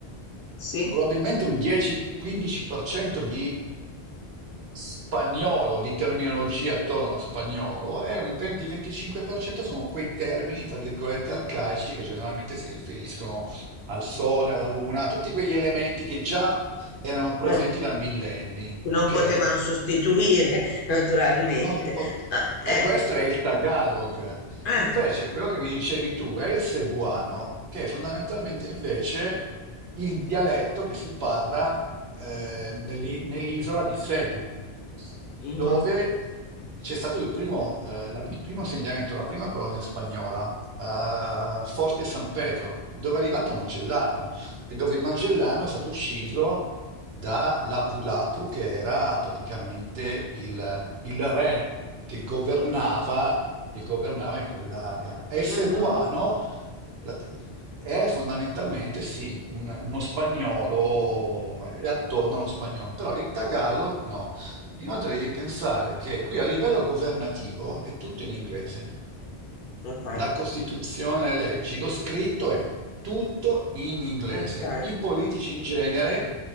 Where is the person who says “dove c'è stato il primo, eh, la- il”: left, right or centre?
Right